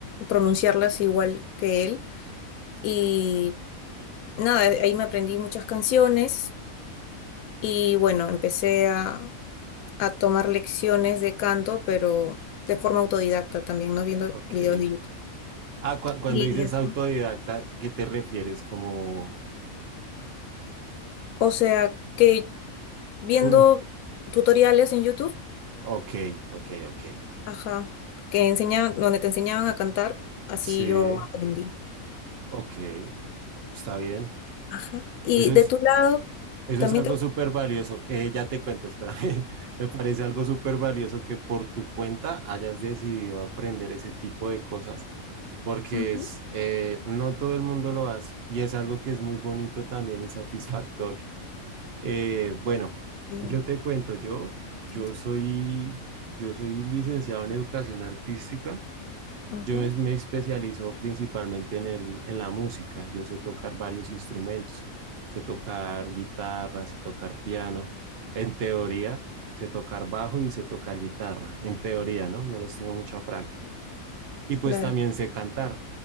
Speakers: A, on the left (about 85°); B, on the right (about 50°).
A: pronunciarlas igual que él. Y nada, eh, ahí me aprendí muchas canciones y bueno, empecé a, a tomar lecciones de canto, pero de forma autodidacta también, ¿no? Viendo
B: Ok.
A: videos de YouTube.
B: Ah, cu- cuando
A: Y
B: dices
A: eso.
B: autodidacta, ¿qué te refieres? Como...
A: O sea, que viendo
B: um,
A: tutoriales en YouTube,
B: Ok, ok, ok.
A: ajá, que enseñaban, donde te enseñaban a cantar, así
B: Sí,
A: yo aprendí.
B: ok, está bien.
A: Ajá. Y
B: Eso
A: de
B: es,
A: tu lado,
B: eso
A: también
B: es algo
A: te...
B: súper valioso, que ya te cuento, espérame. <laughs> Me parece algo súper valioso que por tu cuenta hayas decidido aprender ese tipo de cosas, porque
A: Ujú,
B: es, eh, no todo el mundo lo hace y es algo que es muy bonito también y satisfactorio. Eh, bueno,
A: bien,
B: yo te cuento, yo,
A: siento.
B: yo soy, yo soy licenciado en educación artística.
A: Ujú,
B: Yo es- me especializo principalmente en el, en la música. Yo sé tocar varios instrumentos. Sé tocar guitarra, sé tocar piano. En teoría, sé tocar bajo y sé tocar guitarra. En teoría, ¿no? No les tengo mucha práctica. Y pues
A: claro.
B: también sé cantar.